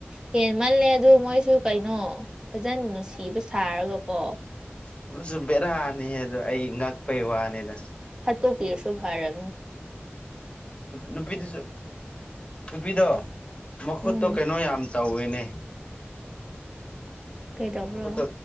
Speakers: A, on the right; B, on the left.
A: ꯍꯦꯟꯃꯜꯂꯦ ꯑꯗꯨ ꯃꯣꯏꯁꯨ ꯀꯩꯅꯣ꯫ ꯐꯖꯅ ꯅꯨꯡꯁꯤꯕ ꯁꯥꯔꯒꯀꯣ
B: ꯑꯗꯨꯁꯨ ꯕꯦꯔꯥꯅꯤ ꯑꯗ ꯑꯩ ꯉꯛꯄꯩ ꯋꯥꯅꯤꯅ
A: ꯍꯥꯠꯇꯧ ꯄꯔ ꯁꯣ ꯍꯥꯏꯔ
B: ꯅꯨꯄꯤꯗꯨꯁꯨ ꯅꯨꯄꯤꯗꯣ ꯃꯈꯨꯠꯇꯣ
A: ꯎꯝ
B: ꯀꯩꯅꯣ ꯌꯥꯝ ꯇꯧꯋꯦꯅꯦ
A: ꯀꯩꯗꯧꯕ꯭ꯔꯣ
B: ꯃꯈꯀꯣꯏꯠꯇ